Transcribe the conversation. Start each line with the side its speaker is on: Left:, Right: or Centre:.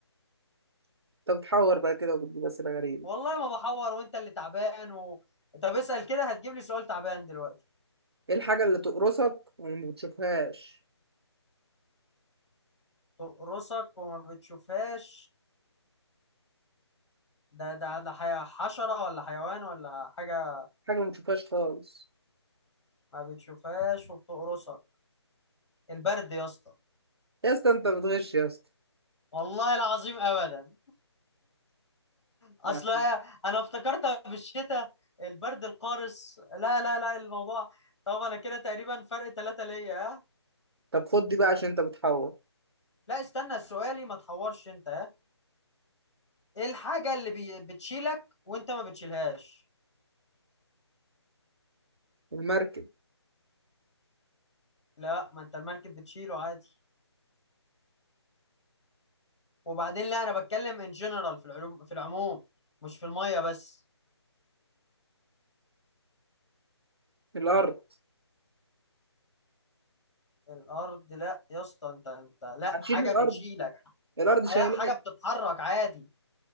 Right: انت بتحور بقى كده وبتجيب اسئلة غريبة
Left: والله ما بحور وانت اللي تعبان و... طب اسال كده هتجيب لي سؤال تعبان دلوقتي
Right: ايه الحاجة اللي تقرصك وما بتشوفهاش
Left: تقرصك وما بتشوفهاش ده ده ده حي- حشره ولا حيوان ولا حاجه
Right: حاجة ما بتشوفهاش خالص
Left: ما بتشوفهاش وبتقرصك البرد يا اسطى
Right: يا اسطى انت بتغش يا اسطى
Left: والله العظيم ابدا اصل
Right: نعم.
Left: انا افتكرتها بالشتاء البرد القارس لا لا لا الموضوع طب انا كده تقريبا فرق ثلاثة ليا ها
Right: طب خد دي بقى عشان انت بتحور
Left: لا استنى سؤالي ما تحورش انت ها ايه الحاجة اللي بي... بتشيلك وانت ما بتشيلهاش
Right: المركب
Left: لا ما انت المركب بتشيله عادي وبعدين لا انا بتكلم ان جنرال في العلوم في العموم مش في المية بس
Right: الارض
Left: الارض لا يا اسطى انت انت لا
Right: هتشيل
Left: حاجة
Right: الارض
Left: بتشيلك
Right: الارض شايلها
Left: لا حاجة بتتحرك عادي